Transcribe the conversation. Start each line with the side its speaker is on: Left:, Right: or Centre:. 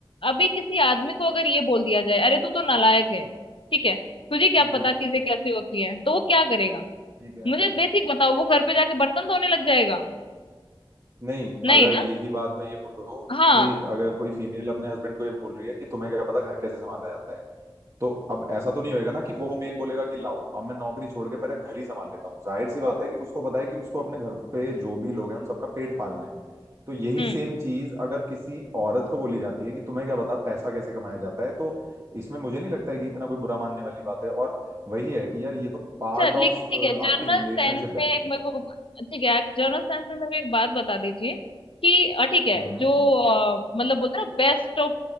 Left: अभी किसी आदमी को अगर ये बोल दिया जाए अरे तू तो नालायक है ठीक है तुझे क्या
Right: ठीक
Left: पता
Right: है
Left: चीजें कैसी होती है तो वो क्या करेगा
Right: ठीक है
Left: मुझे बेसिक बताओ वो घर पे जाके बर्तन धोने लग जाएगा
Right: नहीं
Left: नहीं
Right: अगर
Left: ना
Right: यही बात मैं ये बोल रहा हूँ
Left: हाँ
Right: कि अगर कोई फीमेल अपने हस्बैंड को ये बोल रही है कि तुम्हें क्या पता घर कैसे संभाला जाता है तो अब ऐसा तो नहीं होएगा ना कि वो मेल बोलेगा कि लाओ अब मैं नौकरी छोड़ के पहले घर ही संभाल लेता हूँ जाहिर सी बात है कि उसको पता है कि उसको अपने घर पे जो भी लोग हैं उन सबका पेट पालना है तो यही
Left: हम्म
Right: सेम चीज अगर किसी औरत को बोली जाती है कि तुम्हें क्या पता पैसा कैसे कमाया जाता है तो इसमें मुझे नहीं लगता है कि इतना कोई बुरा मानने वाली बात है और वही है कि यार ये तो पार्ट
Left: अच्छा लेकिन
Right: ऑफ
Left: ठीक
Right: आपकी
Left: है जर्नल
Right: रिलेशनशिप
Left: साइंस
Right: है
Left: में एक मेरे को ठीक है आप जर्नल साइंस में मेरे को एक बात बता दीजिए कि अ, ठीक है
Right: हम्म
Left: जो अ, मतलब बोलते हैं ना बेस्ट ऑफ